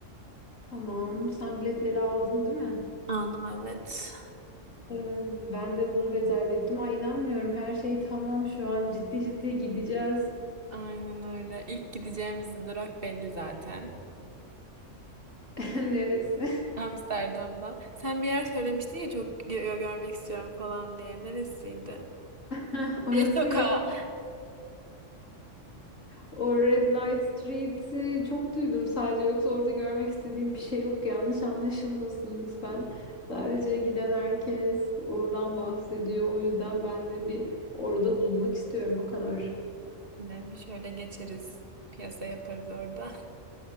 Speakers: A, on the left (about 75°); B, on the right (about 45°).
A: Tamam, sen biletleri aldın değil mi?
B: Aldım evet.
A: Ee, ben de bunu rezerve ettim. Ay inanmıyorum, her şey tamam şu an. Ciddi ciddi gideceğiz.
B: Aynen öyle. İlk gideceğimiz durak belli zaten.
A: <laughs> Neresi?
B: Amsterdam'da. Sen bir yer söylemiştin ya çok gö- görmek istiyorum falan diye. Neresiydi?
A: <laughs> Orası
B: E, Sokağa.
A: yok. O Red Light Street'i çok duydum sadece. Yoksa orada görmek istediğim bir şey yok. Yanlış anlaşılmasın lütfen. Sadece giden herkes oradan bahsediyor. O yüzden ben de bir orada bulunmak istiyorum o kadar.
B: Yine bir şöyle geçeriz. Piyasa yaparız orada.